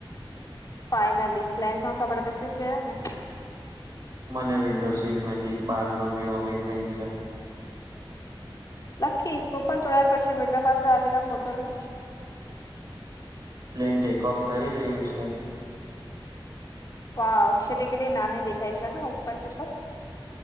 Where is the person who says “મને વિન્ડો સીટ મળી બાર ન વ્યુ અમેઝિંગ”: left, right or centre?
Right